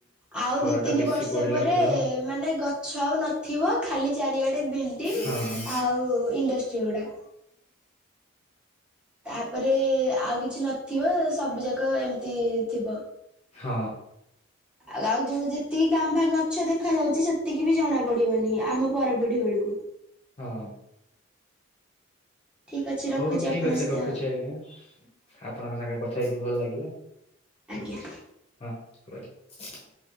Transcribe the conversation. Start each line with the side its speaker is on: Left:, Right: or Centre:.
Centre: ଆଉ
Left: ଖରା
Centre: ଦି ତିନି
Left: ଟା ବେଶୀ
Centre: ବର୍ଷ
Left: ପଡିଲା
Centre: ପରେ
Left: ପୁରା
Centre: ମାନେ ଗ ଛଉ ନଥିବ ଖାଲି ଚାରିଆଡେ ବିଲ୍ଡିଂ
Left: ହଁ ହଁ
Centre: ଆଉ ଇଣ୍ଡଷ୍ଟ୍ରି ଗୁଡା। ତାପରେ ଆଉ କିଛି ନଥିବ ସବୁ ଯାକ ଏମିତି ଥିବ।
Left: ହଁ।
Centre: ଆଉ ଆଉ ଯୋଉ ଯେତିକି କାଁ ଫା ଗଛ ଦେଖା ଯାଉଛି। ସେତିକି ବି ଜଣା ପଡିବନି, ଆମ ପରପିଢି ବେଳକୁ।
Left: ହଁ।
Centre: ଠିକ୍ ଅଛି
Left: ହଉ
Centre: ରଖୁଛି
Left: ଠିକ୍
Centre: ଆପଣଙ୍କ
Left: ଅଛି
Centre: ସହିତ
Left: ରଖୁଛି ଆଜ୍ଞା। ଆପଣଙ୍କ ସାଙ୍ଗରେ କଥା ହେଇକି ଭଲ ଲାଗିଲା। ଠିକ୍
Centre: ଆଜ୍ଞା।
Left: ଅଛି। ହଁ ରହିଲ।